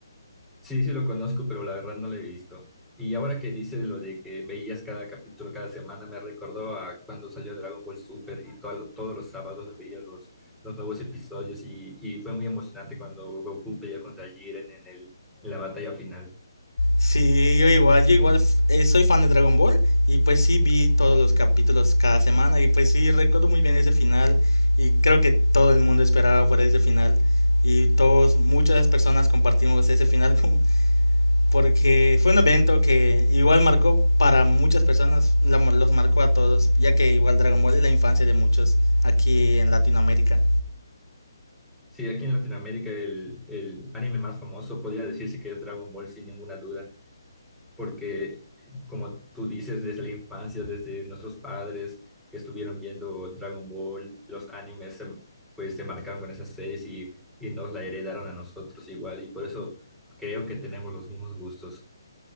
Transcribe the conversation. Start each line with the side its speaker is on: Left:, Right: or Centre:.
Centre: Sí, sí lo conozco, pero la verdad no lo he visto. Y ahora que dices lo de que veías cada capítulo cada semana, me recordó a cuando salió Dragon Ball Super y todo- todos los sábados veía los, los nuevos episodios y, y fue muy emocionante cuando Goku peleó contra Jiren en el, en la batalla final.
Left: Sí, yo igual, yo igual eh, soy fan de Dragon Ball y pues sí vi todos los capítulos cada semana y pues sí recuerdo muy bien ese final y creo que todo el mundo esperaba por ese final y todos, muchas personas compartimos ese final <laughs> con porque fue un evento que igual marcó para muchas personas, la- los marcó a todos, ya que igual Dragon Ball es la infancia de muchos aquí en Latinoamérica.
Centre: Sí, aquí en Latinoamérica el, el anime más famoso podría decirse que es Dragon Ball sin ninguna duda. porque como tú dices, desde la infancia, desde nuestros padres que estuvieron viendo Dragon Ball, los animes, se- pues se marcaron con esas series y, y nos la heredaron a nosotros igual, y por eso creo que tenemos los mismos gustos.